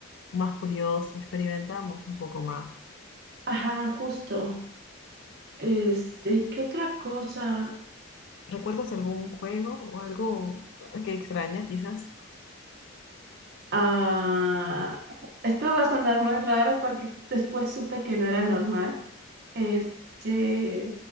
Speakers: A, on the left; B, on the right.
A: más curioso, experimentamos un poco más.
B: Ajá, justo. Este, ¿qué otra cosa?
A: ¿Recuerdas algún juego o algo que extrañas, quizás?
B: Ah, esto va a sonar muy raro porque después supe que no era normal. Este,